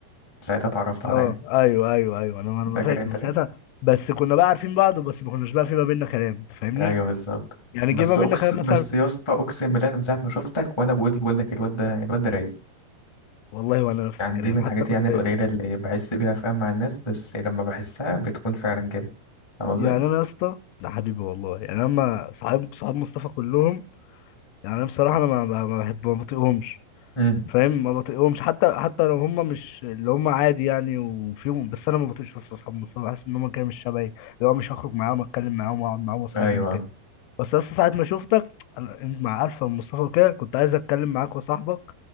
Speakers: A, on the left; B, on the left.
A: ساعتها اتعرفت عليا
B: اه ايوه ايوه ايوه انا انا ما
A: فاكر
B: فاكر
A: انت
B: من
A: ليه؟
B: ساعتها بس كنا بقى عارفين بعض بس ما كناش بقى في ما بيننا كلام انت فاهمني
A: ايوه بالظبط
B: يعني
A: بس
B: جه ما بيننا
A: أقس...
B: كلام مثلا
A: بس يا اسطى اقسم بالله انا من ساعة ما شفتك وانا بقول بقول لك الواد ده الواد ده رايق
B: والله وانا نفس
A: يعني
B: الكلام
A: دي من الحاجات
B: حتى كنت
A: يعني القليلة اللي بحس بيها فاهم مع الناس بس لما بحسها بتكون فعلا كده فاهم قصدي؟
B: يعني انا يا اسطى ده حبيبي والله يعني اما صحاب صحاب مصطفى كلهم يعني انا بصراحه انا ما ما ما بحب ما بطيقهمش
A: امم
B: فاهم ما بطيقهمش حتى حتى لو هم مش اللي هم عادي يعني وفيهم بس انا ما بطيقش بس اصحابهم بس أنا بحس ان هم كده مش شبهي اللي هو مش هخرج معاهم اتكلم معاهم واقعد معاهم واصاحبهم
A: ايوه
B: كده بس لسه ساعة ما شفتك انا انت مع الفا ومصطفى وكده كنت عايز اتكلم معاك وصاحبك